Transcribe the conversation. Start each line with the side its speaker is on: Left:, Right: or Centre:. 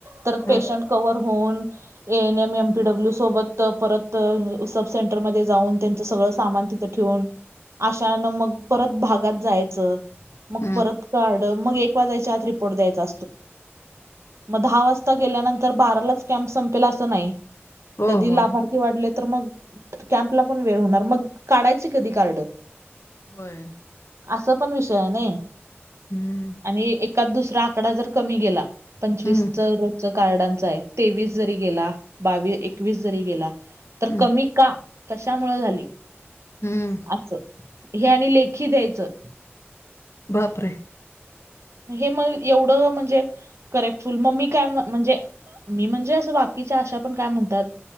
Right: तर पेशंट
Left: हा
Right: क्हवर होऊन. A N M M PW सोबत परत सब सेंटरमध्ये जाऊन त्यांच सगळं सामान तिथ ठेून अशाानं मग परत भागात जायचं. मग
Left: हम्म
Right: परत काढ मग एक वाजाच्या आत रिपोर्ट द्यायचा. मग दहा वाजता गेल्यानंतर बारालाच कॅमप संपेला असं नाही.
Left: हो
Right: कधी
Left: हो
Right: लाभार वाढले तर मग कॅम्पला पण वेळ होणार मग काढायचे कधी कारड.
Left: होय.
Right: असं पण विषय आहे नइ
Left: हम्म
Right: आणि एकाद दुसरा आकडा जर कमी गेला पंचवीस
Left: हम्म
Right: रज कार्डांच आहे तेवीस जरी गेला बावीस एकवीस जरी गेला तर
Left: हम्म
Right: कमी का कशामुळ झाली.
Left: हम्म
Right: असं हे आणि लेखी द्यायचं.
Left: बापरे!
Right: हे मग एवढं म्हणजे करेक्टफुल मग म काय म्हणजे मी म्हणजे असं बाकीच्या आशा पण काय म्हणतात.